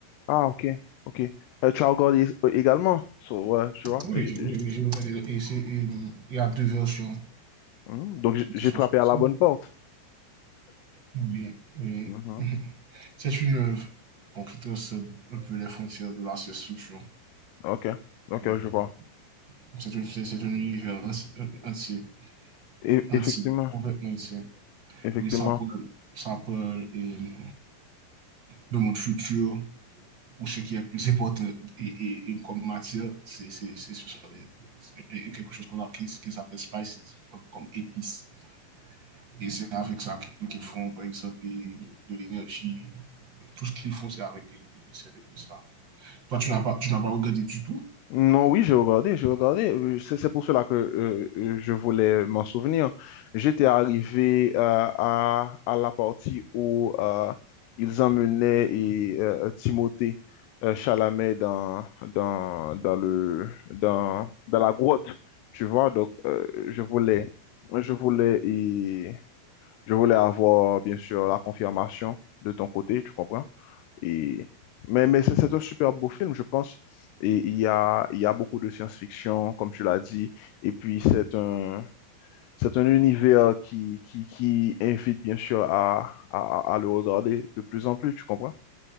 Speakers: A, on the left; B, on the right.
A: Ah, ok, ok. Euh, tu as regardé euh, également, So, ouais, tu vois.
B: Oui,
A: j-
B: j'ai-
A: j-
B: oui, oui, j'ai regardé. Et c'est, et, hum, il y a deux versions
A: Hmm, Donc j-
B: et,
A: j'ai
B: qui sont
A: frappé
B: sorties.
A: à la bonne porte.
B: Oui, oui.
A: Mhm.
B: <laughs> C'est une œuvre bon, qui trace un peu les frontières de la science-fiction.
A: Ok, ok,
B: Et
A: je vois.
B: C'est un, c'est- c'est un univers en- entier,
A: Et,
B: entier,
A: effectivement,
B: complètement entier.
A: effectivement.
B: Oui, ça parle, ça parle, hum, de notre futur, ou ce qui est plus important et, et, et comme matière, c'est c'est c'est ce sont les, quelque chose qu'on a qu'ils qu appellent spices, comme, comme épices. Et c'est avec ça qu'ils font, par exemple, de l'énergie. Tout ce qu'ils font, c'est avec ces épices-là. Toi, tu n'as pas, tu n'as pas regardé du tout.
A: Non, oui, j'ai regardé, j'ai regardé. Euh, C'est c'est pour cela que euh, euh, je voulais m'en souvenir. J'étais arrivé euh, à, à la partie où euh, ils emmenaient et, euh, Timothée euh, Chalamet dans, dans, dans le, dans, dans la grotte, tu vois. Donc, euh, je voulais, je voulais, et, je voulais avoir, bien sûr, la confirmation de ton côté, tu comprends? Et... Mais, mais c'est c'est un super beau film, je pense. Et il y a, il y a beaucoup de science-fiction, comme tu l'as dit. Et puis, c'est un, c'est un univers qui, qui, qui invite, bien sûr, à, à, à le regarder de plus en plus, tu comprends?